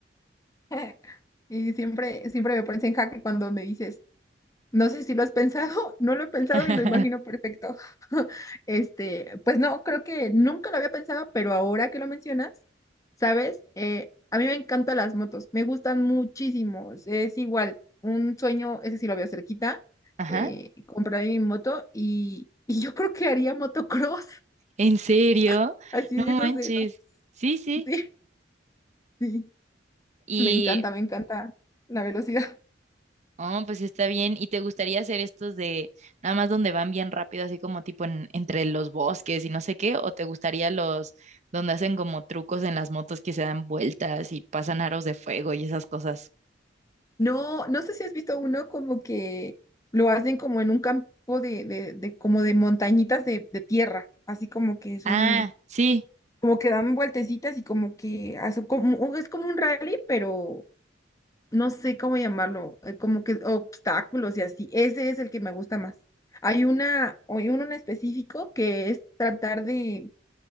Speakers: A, on the left; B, on the right.
A: <laughs> Y siempre, siempre me pones en jaque cuando me dices, no sé si lo has pensado, <laughs> no lo he pensado
B: <laughs>
A: y lo imagino perfecto. <laughs> Este, pues no, creo que nunca lo había pensado, pero ahora que lo mencionas, ¿sabes? Eh, a mí me encantan las motos, me gustan muchísimo. Es igual, un sueño, ese sí lo veo cerquita,
B: Ajá.
A: eh, comprar mi moto y, y yo creo que haría motocross,
B: ¿En serio?
A: <laughs> así
B: No
A: de esos
B: manches.
A: de los...
B: Sí, sí.
A: <laughs> Sí, sí,
B: Y,
A: me encanta, me encanta la velocidad.
B: oh, pues sí está bien. ¿Y te gustaría hacer estos de nada más donde van bien rápido, así como tipo en, entre los bosques y no sé qué? ¿O te gustaría los donde hacen como trucos en las motos que se dan vueltas y pasan aros de fuego y esas cosas?
A: No, no sé si has visto uno como que lo hacen como en un campo de, de, de como de montañitas de, de tierra, así como que son,
B: Ah, sí,
A: como que dan vueltecitas y como que hacen como, o es como un rally, pero no sé cómo llamarlo, eh, como que obstáculos y así. Ese es el que me gusta más. Hay una, hay uno en específico que es tratar de